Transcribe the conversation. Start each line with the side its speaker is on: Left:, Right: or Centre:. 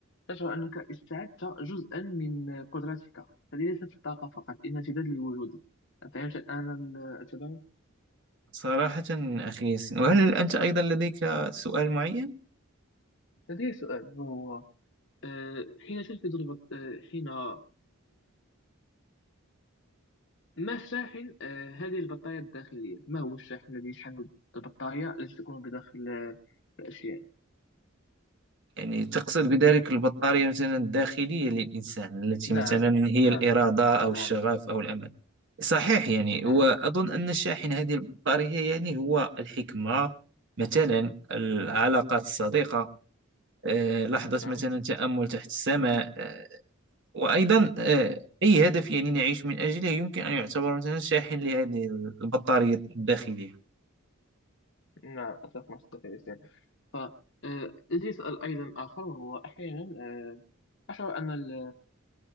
Left: تشعر أنك استعدت جزءا من قدرتك هذه ليست الطاقة فقط إنها امتداد لوجودك فهمت الآن ال- التباين؟
Right: صراحة أخي ياسين وهل أنت أيضا لديك سؤال معين؟
Left: لدي سؤال وهو آه، حين تلفظ البط... آه، حين آه، ما الشاحن آه، هذه البطارية الداخلية؟ ما هو الشاحن الذي يشحن البطارية التي تكون بداخل آه، الأشياء؟
Right: يعني تقصد بذلك البطارية مثلا الداخلية للإنسان التي
Left: نعم
Right: مثلا هي
Left: نعم
Right: الإرادة أو
Left: نعم
Right: الشغف أو الأمل صحيح يعني
Left: نعم
Right: وأظن أن شاحن هذه البطارية يعني هو الحكمة مثلا العلاقات الصديقة آه، لحظة
Left: نعم
Right: مثلا تأمل تحت السماء آه، وأيضا آه، أي هدف يعني نعيش من أجله يمكن أن يعتبر مثلا شاحن لهذه البطارية الداخلية
Left: نعم أتفق مع صديقي ياسين. ف آه، يجي يسأل أيضا آخر وهو أحيانا آه، أشعر أن ال-